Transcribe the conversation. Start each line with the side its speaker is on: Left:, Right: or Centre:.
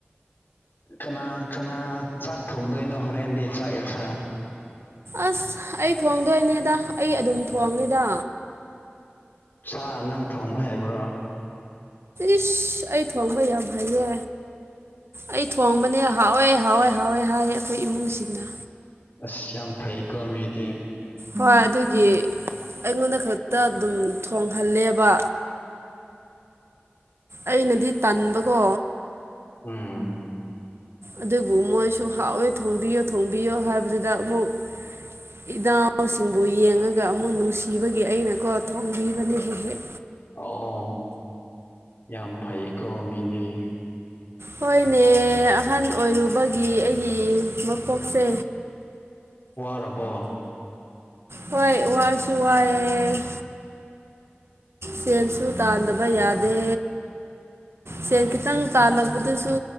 Left: ꯀꯅꯥ ꯀꯅꯥ ꯆꯥꯛ ꯊꯣꯡꯗꯣꯏꯅꯣ ꯍꯣꯔꯦꯟꯗꯤ ꯆꯥꯛ ꯌꯦꯟꯁꯥꯡ
Right: ꯑꯁ ꯑꯩ ꯊꯣꯡꯗꯣꯏꯅꯦꯗ ꯑꯩ ꯑꯗꯨꯝ ꯊꯣꯡꯉꯦꯗ
Left: ꯑꯆꯥ ꯅꯪ ꯊꯣꯡꯕ ꯍꯩꯕ꯭ꯔꯣ
Right: ꯏꯁ ꯑꯩ ꯊꯣꯡꯕ ꯌꯥꯝ ꯍꯩꯌꯦ ꯑꯩ ꯊꯣꯡꯕꯅꯦ ꯍꯥꯎꯋꯦ ꯍꯥꯎꯋꯦ ꯍꯥꯎꯋꯦ ꯍꯥꯏꯌꯦ ꯑꯩꯈꯣꯏ ꯏꯃꯨꯡꯁꯤꯡꯅ
Left: ꯑꯁ ꯌꯝ ꯐꯩ ꯀꯣ ꯃꯤꯗꯤ
Right: ꯍꯣꯏ ꯑꯗꯨꯒꯤ ꯑꯩꯉꯣꯟꯗ ꯈꯛꯇ ꯑꯗꯨꯝ ꯊꯣꯡꯍꯜꯂꯦꯕ ꯑꯩꯅꯗꯤ ꯇꯟꯕꯀꯣ
Left: ꯎꯝ
Right: ꯑꯗꯨꯕꯨ ꯃꯣꯏꯁꯨ ꯍꯥꯎꯋꯦ ꯊꯣꯡꯕꯤꯌꯣ ꯊꯣꯡꯕꯤꯌꯣ ꯍꯥꯏꯕꯗꯨꯗ ꯑꯃꯨꯛ ꯏꯅꯥꯎꯁꯤꯡꯕꯨ ꯌꯦꯡꯉꯒ ꯑꯃꯨꯛ ꯅꯨꯡꯁꯤꯕꯒꯤ ꯑꯩꯅꯀꯣ ꯊꯣꯡꯕꯤꯕꯅꯦ ꯍꯦꯛ ꯍꯦꯛ
Left: ꯑꯣ ꯌꯥꯝ ꯐꯩꯀꯣ ꯃꯤꯗꯤ
Right: ꯍꯣꯏꯅꯦ ꯑꯍꯜ ꯑꯣꯏꯔꯨꯕꯒꯤ ꯑꯩꯒꯤ ꯃꯄꯣꯛꯁꯦ
Left: ꯋꯥꯔꯕꯣ
Right: ꯍꯣꯏ ꯋꯥꯁꯨ ꯋꯥꯏꯑꯦ ꯁꯦꯟꯁꯨ ꯇꯥꯟꯗꯕ ꯌꯥꯗꯦ
Left: ꯎ <unintelligible>
Right: ꯁꯦꯜ ꯈꯤꯇꯪ ꯇꯥꯜꯂꯛꯄꯗꯨꯁꯨ